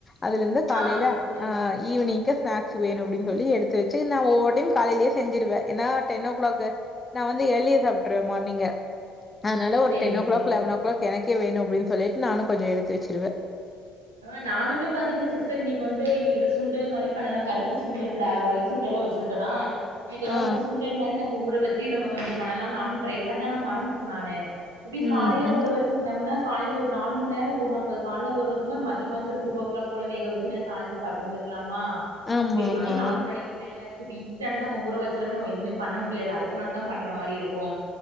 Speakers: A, on the left; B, on the right.
A: அதுல இருந்து காலையில
B: ஆ ஆமா சிஸ்டர்
A: அ ஈவினிங்கு ஸ்நாக்ஸ் வேணு அப்டின்னு சொல்லி எடுத்து வெச்சுனு நா ஒவ்வொரு டைம் காலையிலயே செஞ்சிடுவே ஏன்னா டென் ஓக்கிளாக்கு நா வந்து ஏர்ழிய சாப்ட்டுருவ மார்னிங்கு அதனால
B: ஓ
A: ஒரு
B: சேரிங்க
A: டென் ஓக்கிளாக்
B: சேரிங்க
A: லெவன்
B: சிஸ்டர்
A: ஓக்கிளாக் எனக்கே வேணு அப்டின்னு சொல்லிட் நானு கொஞ்சோ எடுத்து வெச்சிருவ
B: அ நானுமே பாத்தீங்கன்னா சிஸ்டர் இன்னிக்கு வந்து இன்னிக்கு இது சுண்டல் மாரி பண்ணலா கருப்பு சுண்டல் பிளா ஒயிட் சுண்டல்லா வெச்சிருக்கனா இன்னிக்குதா
A: ஆ
B: வந்து சுண்டல் மாரி நம்ப ஊற வெச் சு நம்ம கொஞ்சோ பண்ணலா நானு டிரை பண்ண ஆனா மறந்துட்டு நானு எப்டியு
A: ம்
B: காலில
A: ம்
B: ஊற வெச்சிருந்தம்னா காலைல ஒரு நாலு மண் நேரோ ஊர்ணா போது கால்ல ஊர ருந்தா ஒரு மத்யமாச்சு ஒரு டூ ஓக்கிளாக் போல வேகவைச்சு இல்ல தாலிச்சு சாப்பிட்டு இருந்திருக்கலா அ
A: ஆமா
B: செரி
A: ஆமா
B: மணி நாலு மணிக்கு மேலாச்சு இப்ப இன்ஸ்டண்டா நம்ம ஊற வெச்சலமே நம்ம எதும பண்ண முடியாது அடுத்த நாள் தா பண்ற மாரி இருக்கு